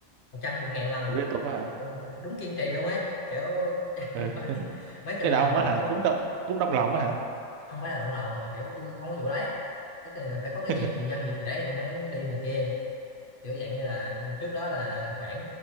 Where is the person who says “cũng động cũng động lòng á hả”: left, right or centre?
Right